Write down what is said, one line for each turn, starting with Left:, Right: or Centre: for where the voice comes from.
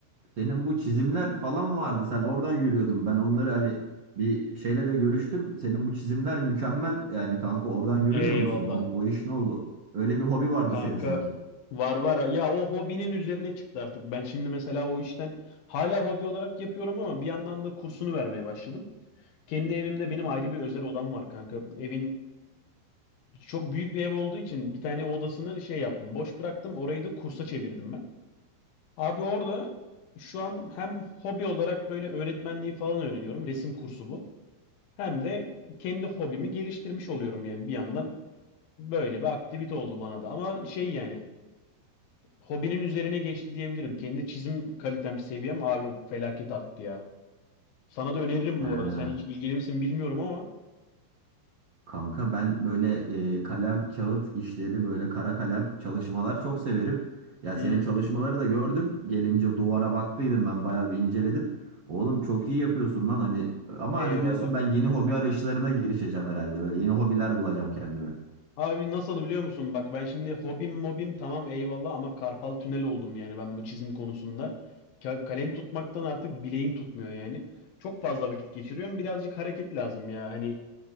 Right: senin bu çizimler falan vardı. Sen oradan yürüyordun. Ben onları hani bir şeyle de görüştüm. Senin bu çizimler mükemmel yani kanka oradan yürümüyor
Left: Eyvallah.
Right: musun? O, o iş ne oldu? Öyle bir hobi vardı
Left: Kanka
Right: senin sanki.
Left: var var. Ya o hobinin üzerine çıktı artık. Ben şimdi mesela o işten hala hobi olarak yapıyorum ama bir yandan da kursunu vermeye başladım. Kendi evimde benim ayrı bir özel odam var kanka. Evin çok büyük bir ev olduğu için bir tane odasını şey yaptım. Boş bıraktım. Orayı da kursa çevirdim ben. Abi orada şu an hem hobi olarak böyle öğretmenliği falan öğreniyorum. Resim kursu bu. Hem de kendi hobimi geliştirmiş oluyorum yani bir yandan böyle bir aktivite oldu bana da. Ama şey yani hobinin üzerine geçti diyebilirim. Kendi çizim kalitem, seviyem abi felaket arttı ya. Sana da öneririm
Right: Ha.
Left: bu arada. Sen hiç ilgili misin bilmiyorum ama.
Right: Kanka ben böyle e, kalem kağıt işleri böyle kara kalem çalışmalar çok severim. Ya
Left: Hmm,
Right: senin çalışmaları da gördüm. Gelince duvara baktıydım ben bayağı bir inceledim. Oğlum çok iyi yapıyorsun lan hani ama
Left: eyvallah
Right: hani diyorsun ben
Left: kanka.
Right: yeni hobi arayışlarına girişeceğim herhalde böyle yeni hobiler bulacağım kendime.
Left: Abi nasıl biliyor musun? Bak ben şimdi hobim mobim tamam eyvallah ama karpal tünel oldum yani ben bu çizim konusunda. Ka- kalem tutmaktan artık bileğim tutmuyor yani. Çok fazla vakit geçiriyorum. Birazcık hareket lazım ya. Hani